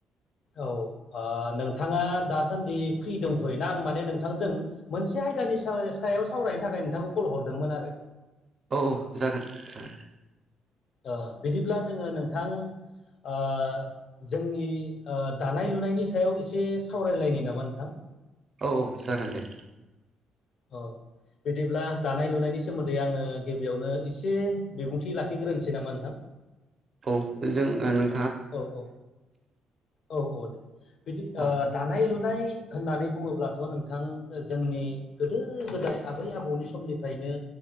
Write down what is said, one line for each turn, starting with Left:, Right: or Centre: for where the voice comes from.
Left: औ ओ नोंथाङा दासान्दि फ्रि दंथ'योना आं माने नोंथांजों मोनसे आय यदानि साव सायाव सावरायनो थाखाय नोंथांखौ कल हरदोंमोन आरो।
Right: औ औ जागोन जागोन।
Left: ओ बिदिब्ला जोङो नोंथां ओ जोंनि ओ दानाय लुनायनि सायाव एसे सावरायलायनि नामा नोंथां?
Right: औ औ जागोन दे।
Left: औ। बिदिब्ला दानाय लुनायनि सोमोन्दै आङो गिबियावनो एसे बिबुंथि लाखिग्रोनोसै नामा नोंथां?
Right: औ जों आनो
Left: औ औ औ औ दे। बिदि
Right: औ
Left: ओ दानाय लुनाय होननानै बुङोब्लाथ' नोंथां जोंनि गोदो गोदाय आबै आबौनि समनिफ्रायनो